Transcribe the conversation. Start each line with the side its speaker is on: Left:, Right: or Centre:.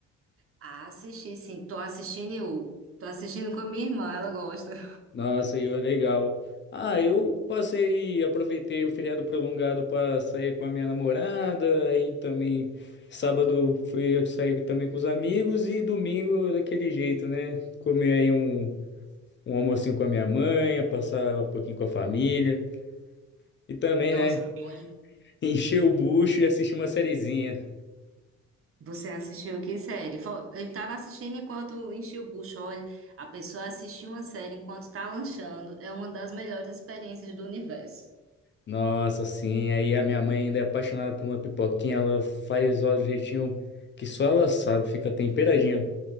Right: Ah, assisti sim, tô assistindo eu. Tô assistindo com a minha irmã, ela gosta.
Left: Nossa, e foi legal. Ah, eu passei, aproveitei o feriado prolongado para sair com a minha namorada, aí também sábado fui sair também com os amigos e domingo daquele jeito, né? Comer aí um, um almocinho com a minha mãe, passar um pouquinho com a família. E também,
Right: Nossa,
Left: né?
Right: bom
Left: Encher o bucho e assistir uma sériezinha.
Right: Você assistiu que série? Fo- Ele estava assistindo enquanto enchia o bucho. Olha, a pessoa assistir uma série enquanto está lanchando é uma das melhores experiências do universo.
Left: Nossa, sim. Aí a minha mãe ainda é apaixonada por uma pipoquinha. Ela faz ó, do jeitinho que só ela sabe. Fica temperadinha.